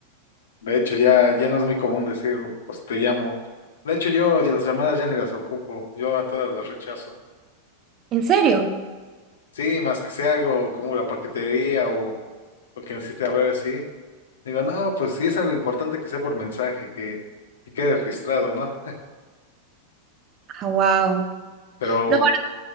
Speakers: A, on the left; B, on the right.
A: De hecho, ya, ya no es muy común decir, pues te llamo. De hecho, yo ya las llamadas ya ni las ocupo, yo a todas las rechazo.
B: ¿En serio?
A: Sí, más que sea algo como la paquetería o, o que necesite hablar así. Digo, no, pues sí es algo importante que sea por mensaje, que, que quede registrado, ¿no?
B: Ah, wow.
A: <laughs> Pero
B: No, bueno,